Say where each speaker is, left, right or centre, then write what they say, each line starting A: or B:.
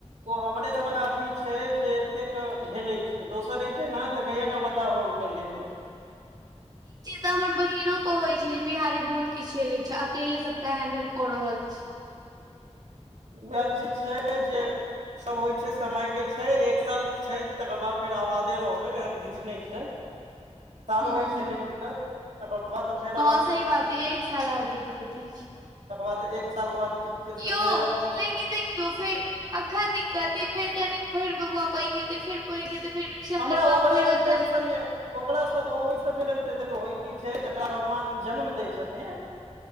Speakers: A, on the right; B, on the right.
A: ओ हमरे सनक आदमी छै जे एतेक झेलै छै, दोसर रहतै न तऽ कहिया ने बताहबा बनल रहतै।
B: त हमर बहिनो कहे छै जे, बिहारी बहुत किछ झेलै छै, अकेले सबटा हैंडल क रहल छी
A: वैह चीज छै जे सब होइ छै समयके छै, एक साल छै तकर बाद फेर आवादे रहबै, एहन किछ नहि छै। <inaudible> साल
B: हूँ
A: भैर छै कनी दिक्कत, तकर बाद फेर
B: हँ
A: आहां
B: सही
A: के
B: बात य एक साल और दिक्कत अछि
A: तकर बाद एक सालके बाद जे छै,
B: यौ
A: से फेर अपन
B: लेकिन देखियौ फेर अखन दिक्कत अय, फेर कनि फेर बौआ पैेघ हेतै फेर को एक फर एडमिन
A: हमरा
B: करवा
A: ओकरा
B: फेर
A: लेल
B: ओतऽ
A: टेंशन
B: जे
A: नहि ओकरासँ ओहि सबके लेल तऽ देखियौ होइ की छै, जकरा भगवान जन्म दै छथिन